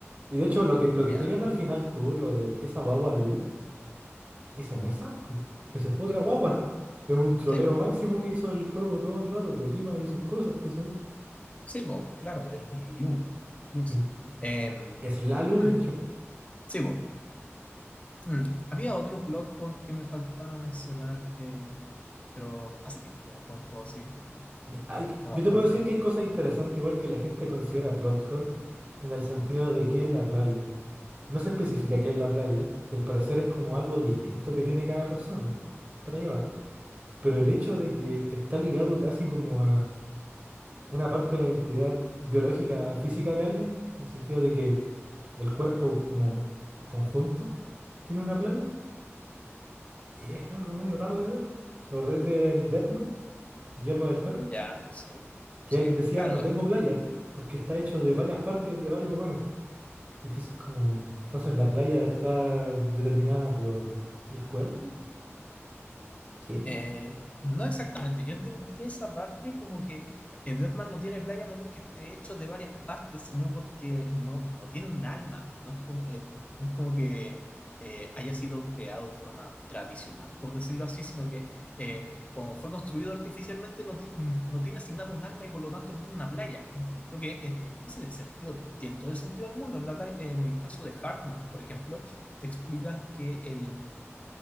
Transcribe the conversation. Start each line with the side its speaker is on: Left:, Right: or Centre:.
Right: Y de hecho, lo que, lo
Left: ya.
Right: que estáis viendo al final tú, lo del esa guagua Lu, ese no es Sampu, esa es otra guagua. Es un troleo
Left: Sí, bo.
Right: máximo que hizo el juego todo el rato, Kojima y sus cosas, tú sabes.
Left: Sí, bo, claro, el Lu, Luis.
Right: Sí.
Left: Em,
Right: Es la Lu,
Left: mm,
Right: de hecho.
Left: sí, bo. Mm, Había otro plot hole que me faltaba mencionar, eh, pero hace tiempo que no juego el juego así, que
Right: Me-
Left: no,
Right: hay que-
Left: no me
Right: yo
Left: acuerdo.
Right: te puedo decir que hay cosas interesantes, igual que la gente considera plot hole, en el sentido de que es la playa. No se especifica qué es la playa, y al parecer es como algo distinto que tiene cada persona. Por ahí va. Pero el hecho de que está ligado casi como una parte de la identidad biológica, física de alguien, en el sentido de que el cuerpo como conjunto tiene una playa, y es algo medio raro de ver. ¿Te acordás del Deadman, Guillermo del Toro?
Left: Ya, sí,
Right: Que
Left: sí,
Right: él decía,
Left: claro.
Right: no tengo
Left: eh,
Right: playa, porque está hecho de varias partes de varios humanos. Entonces como, entonces la playa está determinada por el cuerpo. ¿Qué?
Left: eh, no exactamente. Yo entendí esa parte como que eh, Deathman no tiene playa no porque esté hecho de varias partes, sino porque no, no tiene un alma. No es como, eh, no es como que eh, haya sido creado de forma tradicional, por decirlo así, sino que eh, como fue construido artificialmente, no, ti- mm, no tiene asignado un alma y por lo tanto no tiene una playa. Mm, Lo que eh, en ese sentido tiene todo el sentido del mundo. En la playa- en el caso de Hartman, por ejemplo, te explican que el